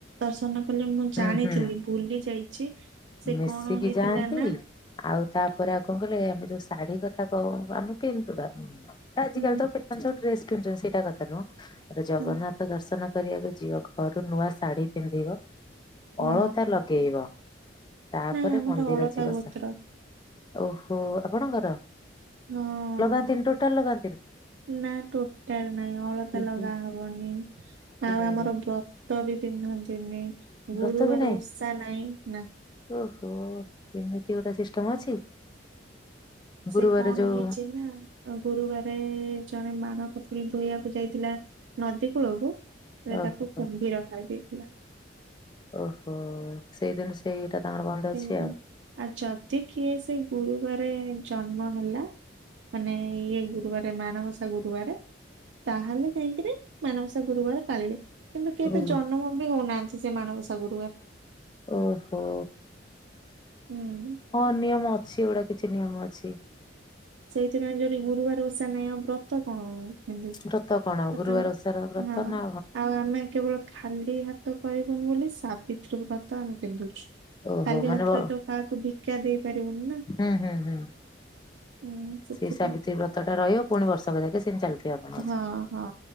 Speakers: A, on the right; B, on the left.
A: ଦର୍ଶନ କଲେ ମୁଁ
B: ହୁଁ
A: ଜାଣିଥିଲି
B: ହୁଁ
A: ଭୁଲି ଯାଇଚି, ସେ
B: ମିଶିକି
A: କଣ ହେଇଥିଲା
B: ଯାଆନ୍ତି।
A: ନା
B: ଆଉ ତାପରେ ଆଉ କଣ କହିଲୁ ଏ ଆମେ ଯୋଉ ଶାଢୀ କଥା କହଉନୁ ଆମେ ପିନ୍ଧୁ ବା, ସେଟା ଆଜିକାଲି
A: ହୁଁ
B: ତ ଆପଣ ଯୋଉ ଡ୍ରେସ୍ କିଣୁଛନ୍ତି ସେଇଟା କଥା ନୁହଁ, ତାପରେ ଜଗନ୍ନାଥ
A: ହୁଁ
B: ଥ ଦର୍ଶନ କରିବାକୁ ଯିବ, ଘରୁ ନୂଆ ଶାଢୀ ପିନ୍ଧିବ,
A: ହଁ
B: ଅଳତା ଲଗେଇବ। ତାପରେ
A: ନାଇଁ ଆମର
B: ମନ୍ଦିର
A: ଅଳତା
B: ଅଛି ବସା
A: ଗୋତ୍ର
B: ଓହୋ ଆପଣଙ୍କର?
A: ହଁ
B: ଲଗାନ୍ତିନ ଟୋଟାଲ ଲଗାନ୍ତି
A: ନା ଟୋଟାଲ ନାଇଁ ଅଳତା
B: ଇହି
A: ଲଗା ହବନି
B: ଇରେ
A: ଆଉ ଆମର ବ୍ରତ ବି ପିନ୍ଧନ୍ତିନି
B: ବ୍ରତ
A: ଗୁରୁବାର
B: ବି ନାହିଁ
A: ଓଷା ନାଇଁ ନା।
B: ଓହୋ ଏମିତି ଗୋଟେ ସିଷ୍ଟମ ଅଛି। ଗୁରୁବାର
A: ସେ କଣ
B: ଯୋଉ
A: ହେଇଛି ନା ଗୁରୁବାର ଜଣେ ମାଣ କପୁଳୀ ଧୋଇବାକୁ ଯାଇଥିଲା ନଦୀ କୂଳକୁ
B: ଓହୋ
A: ତାକୁ କୁମ୍ଭିର ଖାଇଦେଇେଇଥିଲା।
B: ଓହୋ ସେଇଦିନ ସେଇଟା ତାଙ୍କର ବନ୍ଦ
A: ସେଇଦିନ
B: ଅଛି ଆଉ।
A: ଆଉ ଯଦି କିଏ ସେ ଗୁରୁବାର ଜନ୍ମ ହେଲା ମାନେ ଇଏ ଗୁରୁବାର ମାଣବସା ଗୁରୁବାର ତାହେଲେ ଯାଇକିରି ମାନବସା ଗୁରୁବାର ପାଳିବେ କିନ୍ତୁ କେହି
B: ହୁଁ।
A: ତ ଜନ୍ମ ବି ହଉନାହାନ୍ତି। ସେ ମାନବସ ଗୁରୁବାର।
B: ଓହୋ।
A: ହୁଁ।
B: ହଁ ନିୟମ ଅଛି ଗୁଡା କିଛି ନିୟମ ଅଛି।
A: ସେଥିପାଇଁ ଯୋଠି ଗୁରୁବାର ଓଷା ନାହିଁ ଆଉ ବ୍ରତ କଣ <unintelligible>
B: ବ୍ରତ କଣ ଗୁରୁବାର ଓଷାର ବ୍ରତ
A: ହଁ
B: ନା
A: ଆଉ ଆମେ କେବଳ ଖାଲି ହାତ କରିବନି ବୋଲି ସାବିତ୍ରୀ ବ୍ରତ ଆମେ ପିନ୍ଧୁଛୁ।
B: ଓହୋ
A: ଖାଲି
B: ମାନେ
A: ହାତରେ
B: ବ
A: ତ କାହାକୁ ଭିକା ଦେଇପାରିବୁନି ନା
B: ହୁଁ ହୁଁ ହୁଁ।
A: ହୁଁ। ସେଥିପାଇଁ
B: ସେଇ ସାବିତ୍ରୀ ବ୍ରତ ଟ ରହିବ ପୁଣି ବର୍ଷକ ଯାକ ସେି ଚାଲିଥିବ।
A: ହଁ ହଁ